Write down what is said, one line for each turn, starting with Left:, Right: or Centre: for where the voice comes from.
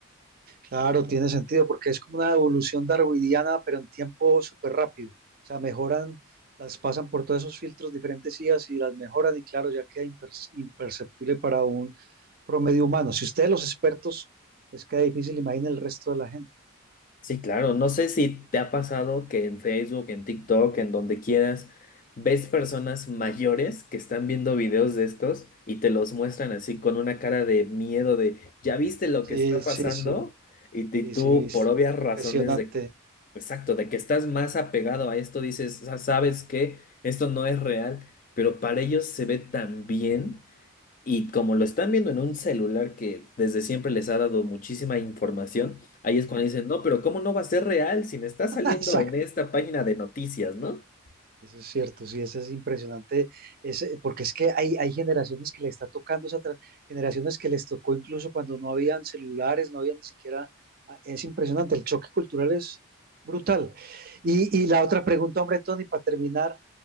Right: Claro, tiene sentido porque es como una evolución darwiniana, pero en tiempo súper rápido. O sea, mejoran, las pasan por todos esos filtros diferentes IAs y las mejoran y claro, ya queda imper- imperceptible para un promedio humano. Si ustedes los expertos, les queda difícil, imaginen el resto de la gente.
Left: Sí, claro. No sé si te ha pasado que en Facebook, en TikTok, en donde quieras, ves personas mayores que están viendo videos de estos y te los muestran así con una cara de miedo de, ¿ya viste lo
Right: Sí,
Left: que está pasando?
Right: sí, sí,
Left: Y, t-
Right: sí,
Left: tú,
Right: sí, he visto.
Left: por obvias razones
Right: Impresionante.
Left: de, exacto, de que estás más apegado a esto, dices, "Sa- ¿sabes qué? Esto no es real, pero para ellos se ve tan bien. Y como lo están viendo en un celular que desde siempre les ha dado muchísima información, ahí es cuando dicen, no, pero ¿cómo no va a ser real si me está saliendo
Right: <laughs> Exacto.
Left: en esta página de noticias, ¿no?
Right: Eso es cierto, sí, eso es impresionante, ese- porque es que hay, hay generaciones que le está tocando, esa tra- generaciones que les tocó incluso cuando no habían celulares, no había ni siquiera, ah, es impresionante, el choque cultural es brutal. Y, y la otra pregunta, hombre, Tony, para terminar,